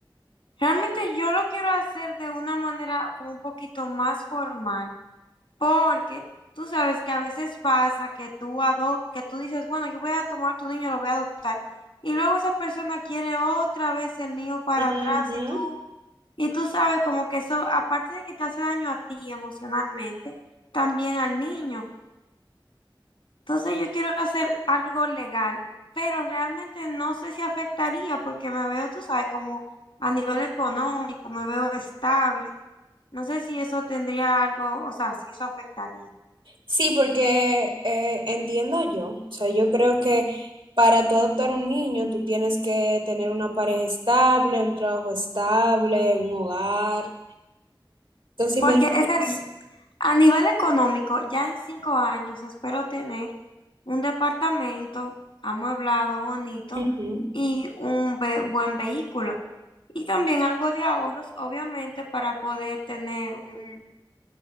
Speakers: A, on the left; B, on the right.
A: Realmente yo lo quiero hacer de una manera como un poquito más formal, Porque tú sabes que a veces pasa que tú, ado- que tú dices, bueno, yo voy a tomar tu niño, lo voy a adoptar. Y luego esa persona quiere otra vez el niño para
B: Ujú.
A: atrás y tú, y tú sabes como que eso, aparte de que te hace daño a ti emocionalmente, también al niño. Entonces yo quiero hacer algo legal, pero realmente no sé si afectaría porque me veo, tú sabes, como a nivel económico, me veo estable. No sé si eso tendría algo, o sea, si eso afectaría.
B: Sí, porque eh, entiendo yo, o sea, yo creo que para tú adoptar un niño, tú tienes que tener una pareja estable, un trabajo estable, un hogar. Entonces,
A: Porque ese es, a nivel económico, ya en cinco años espero tener un departamento amueblado, bonito
B: imagínate.
A: y un ve- buen vehículo. Y también algo de ahorros, obviamente, para poder tener un,